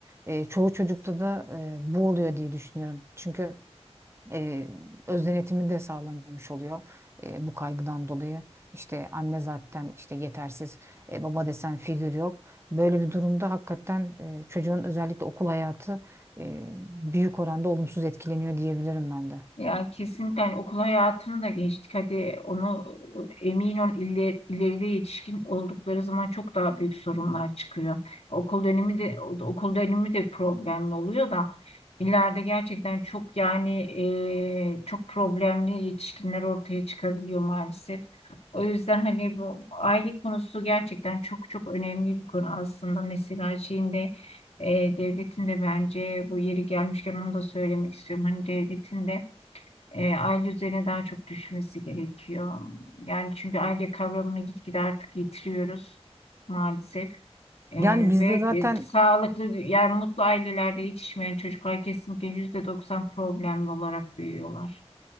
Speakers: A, on the right; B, on the left.
A: E, çoğu çocukta da e, bu oluyor diye düşünüyorum. Çünkü e, öz denetimi de sağlanmamış oluyor e, bu kaygıdan dolayı. İşte anne zaten işte yetersiz, e, baba desen figür yok. Böyle bir durumda hakikaten e, çocuğun özellikle okul hayatı e, büyük oranda olumsuz etkileniyor diyebilirim ben de.
B: Ya kesinlikle hani okul hayatını da geçtik. Hadi onu emin ol iler- ileride yetişkin oldukları zaman çok daha büyük sorunlar çıkıyor. Okul dönemi de okul dönemi de problemli oluyor da ileride gerçekten çok yani eee, çok problemli yetişkinler ortaya çıkabiliyor maalesef. O yüzden hani bu aile konusu gerçekten çok çok önemli bir konu aslında. Mesela şeyinde eee devletin de bence bu yeri gelmişken onu da söylemek istiyorum. Hani devletin de e, aile üzerine daha çok düşmesi gerekiyor. Yani çünkü aile kavramını gitgide artık yitiriyoruz maalesef. E,
A: Yani bizde
B: ve
A: zaten
B: e, sağlıklı yani mutlu ailelerde yetişmeyen çocuklar kesinlikle yüzde doksan problemli olarak büyüyorlar.